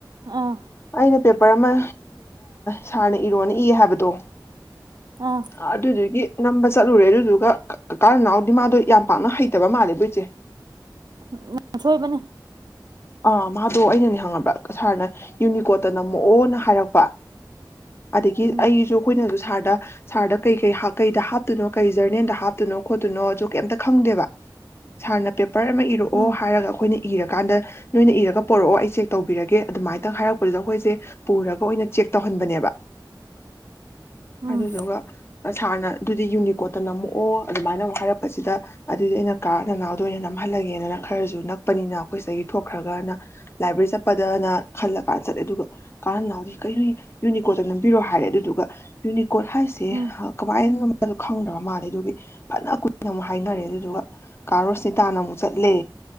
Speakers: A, on the right; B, on the left.
A: ꯑꯥ
B: ꯑꯩꯅ ꯄꯦꯄꯔ ꯑꯃ ꯁꯥꯔꯅ ꯏꯔꯣꯅ ꯏꯌꯦ ꯍꯥꯏꯕꯗꯣ
A: ꯑꯥ
B: ꯑꯗꯨꯗꯨꯒꯤ ꯅꯝꯕ ꯆꯠꯂꯨꯔꯦ ꯑꯗꯨꯗꯨꯒ ꯀꯀꯥ ꯅꯅꯥꯎ ꯗꯤ ꯃꯥꯗꯣ ꯌꯥꯝ ꯄꯥꯛꯅ ꯍꯩꯇꯕ ꯃꯥꯜꯂꯦ ꯕꯨꯣꯏꯠꯁꯦ
A: ꯎ ꯎꯝ ꯁꯣꯏꯕꯅꯦ
B: ꯑꯥ ꯃꯥꯗꯣ ꯑꯩꯅꯅꯦ ꯍꯪꯉꯕ ꯁꯥꯔꯅ ꯌꯨꯅꯤꯀꯣꯠꯇ ꯅꯝꯃꯛꯑꯣꯅ ꯍꯥꯏꯔꯛꯄ ꯑꯗꯒꯤ
A: ꯎꯝ
B: ꯑꯩꯁꯨ ꯑꯩꯈꯣꯏꯅꯁꯨ ꯁꯥꯔꯗ ꯁꯥꯔꯗ ꯀꯩꯀꯩ ꯀꯩꯗ ꯍꯥꯞꯇꯣꯏꯅꯣ ꯀꯩ ꯖꯔꯅꯦꯜꯗ ꯍꯥꯞꯇꯣꯏꯅꯣ ꯈꯣꯠꯇꯨꯅꯣ ꯀꯩꯝꯇ ꯈꯪꯗꯦꯕ ꯁꯥꯔꯅ ꯄꯦꯄꯔ ꯑꯃ ꯏꯔꯛꯑꯣ
A: ꯎꯝ
B: ꯍꯥꯏꯔꯒ ꯑꯩꯈꯣꯏꯅ ꯏꯔꯀꯥꯟꯗ ꯅꯣꯏꯅ ꯏꯔꯒ ꯄꯣꯔꯔꯛꯑꯣ ꯑꯩ ꯆꯦꯛ ꯇꯧꯕꯤꯔꯒꯦ ꯑꯗꯨꯃꯥꯏꯇꯪ ꯍꯥꯏꯔꯛꯄꯗ ꯑꯩꯈꯣꯏꯁꯦ ꯄꯨꯔꯒ ꯑꯣꯏꯅ ꯆꯦꯛ ꯇꯧꯍꯟꯕꯅꯦꯕ
A: ꯎꯝ
B: ꯑꯗꯨꯗꯨꯒ ꯁꯥꯔꯅ ꯑꯗꯨꯗꯤ ꯌꯨꯅꯤꯀꯣꯠꯇ ꯅꯝꯃꯛꯑꯣ ꯑꯗꯨꯃꯥꯏꯅ ꯑꯃ ꯍꯥꯏꯔꯛꯄꯁꯤꯗ ꯑꯗꯨꯏꯗꯤ ꯑꯩꯅ ꯀꯥꯅ ꯂꯥꯗ ꯑꯣꯏꯅ ꯅꯝꯍꯜꯂꯒꯦꯅꯅ ꯈꯔꯁꯨ ꯅꯛꯄꯅꯤꯅ ꯑꯩꯈꯣꯏ ꯁꯤꯗꯒꯤ ꯊꯣꯛꯈ꯭ꯔꯒꯅ ꯂꯥꯏꯕ꯭ꯔꯦꯔꯤ ꯆꯠꯄꯗꯅ ꯈꯜꯂꯀꯥꯟꯗ ꯆꯠꯂꯦ ꯑꯗꯨꯒ ꯀꯥꯟ ꯅꯅꯥꯗꯤ ꯀꯩꯅꯣ ꯌꯨꯅꯤꯀꯣꯠꯇ ꯅꯝꯕꯤꯔꯣ ꯍꯥꯏꯔꯦ ꯑꯗꯨꯗꯨꯒ ꯌꯨꯅꯤꯀꯣꯠ ꯍꯥꯏꯁꯦ
A: ꯎꯝ
B: ꯀꯃꯥꯏꯅ ꯃꯗꯨ ꯈꯪꯗ꯭ꯔꯕ ꯃꯥꯜꯂꯦ ꯑꯗꯨꯒꯤ ꯐꯖꯅ ꯀꯨꯏꯅ ꯑꯃꯨꯛ ꯍꯥꯏꯅꯔꯦ ꯑꯗꯨꯗꯨꯒ ꯀꯥꯔꯣꯁꯅꯤ ꯇꯥꯅ ꯑꯃꯨꯛ ꯆꯠꯂꯦ